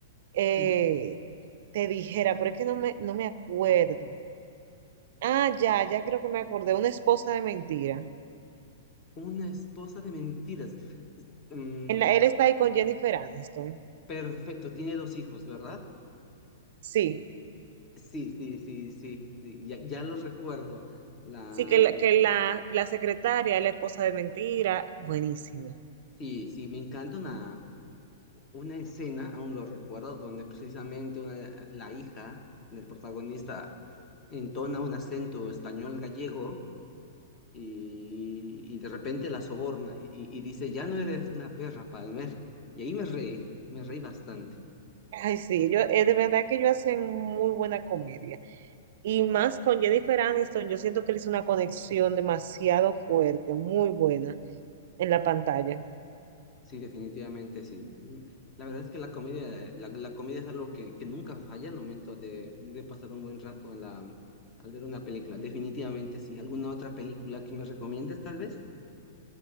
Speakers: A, on the right; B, on the left.
A: eh,
B: Sí,
A: te dijera, pero es que no me, no me acuerdo. Ah, ya, ya creo que me acordé, una esposa de mentira.
B: una esposa de mentiras. Mm,
A: En la- él está ahí con Jennifer Aniston.
B: perfecto, tiene dos hijos, ¿verdad?
A: Sí,
B: Sí, sí, sí, sí, sí, ya, ya lo recuerdo. La,
A: sí, que la, que la, la secretaria, es la esposa de mentira, buenísimo.
B: sí, sí, me encanta una, una escena, aún lo recuerdo, donde precisamente una- la hija del protagonista entona un acento español gallego y, y de repente la soborna y, y dice, ya no eres una perra, Palmer. Y ahí me reí, me reí bastante.
A: Ay, sí, yo, eh, de verdad que ellos hacen muy buena comedia. Y más con Jennifer Aniston, yo siento que él hizo una conexión demasiado fuerte, muy buena en la pantalla.
B: Sí, definitivamente sí. Mm, La verdad es que la comedia, la, la comedia es algo que, que nunca falla al momento de, de pasar un buen rato en la, al ver una película. Definitivamente sí. ¿Alguna otra película que me recomiendes, tal vez?